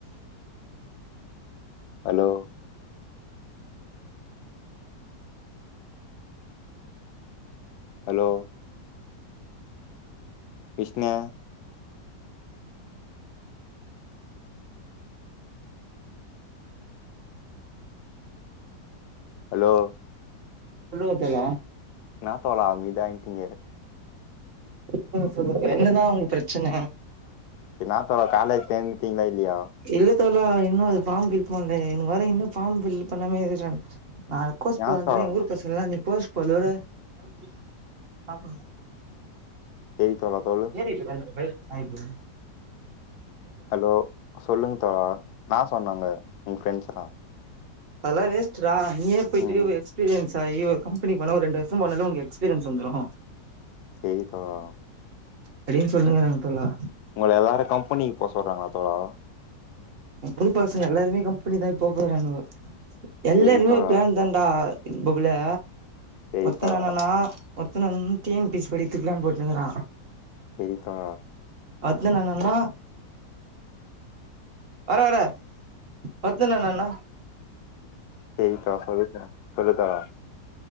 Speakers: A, on the left (about 70°); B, on the right (about 45°).
A: ஹலோ ஹலோ விஷ்ணெ ஹலோ
B: சொல்லுங்கோ தல
A: இன்னா தோழா அமைத்யா இன்ட்டீங்க
B: சொல்லுங்க சொல்லுங் என்னதா உங்க ப்ரெச்சன
A: இன்னா தோழா காலேஜ் சேந்துடீங்ளா இல்லியா
B: இல்ல தோழா இன்னு அது ஃபாம் ஃபில் பண்லே இவ்னுங் வேற இன்னு ஃபாம் ஃபில் பண்ணாமே இருறானுங் நா கோஸ்
A: என்னா
B: போலான்றே
A: தோழா
B: எங்க ஊரு பசங்கெல்லா நீ கோஸ் போரதோட <unintelligible>
A: செரி தோழா சொல்
B: ஏன் டி இப்டி உக்காந்துருக்க பைக் சாவி எங்க
A: ஹலோ சொல்லுங்க தோழா இன்னா சொன்னங்க உங்க ஃப்ரெண்ஸெல்லா
B: அதலா வேஸ்ட்ரா நீயே போயிட்டு
A: ம்
B: எக்ஸ்பீரியன்ஸ் ஆயி ஒரு கம்பெனிக் போண்ணா ஒரு ரெண்டு வர்ஷோ போனாலே உனுக்கு எக்ஸ்பீரியன்ஸு வந்துரு
A: சேரி தோழா
B: அப்டின் சொல்லுக்கிறாங்க தோழா
A: உங்கள எல்லாரு கம்பெனிக்கு போ சொல்றாங்ளா தோழா
B: எங்கு ஊரு பசங்க எல்லாருமே கம்பெனி தா போப் போறானுங்கோ எல்லாருமே
A: செரி தோழா
B: ப்ளான் தா தா பபுலே
A: செரி
B: ஒத்த
A: தோழா
B: இன்னானா ஒத்த இன்னான் டி என் பி சி படித்துக் ப்ளான் போட்னுக்கிறா
A: நீதா
B: ஒத்த இன்னானான்வா வர வரே பத்துனா என்னண்ணா
A: எய்த்தா சொல்லி தர சொல்லி தர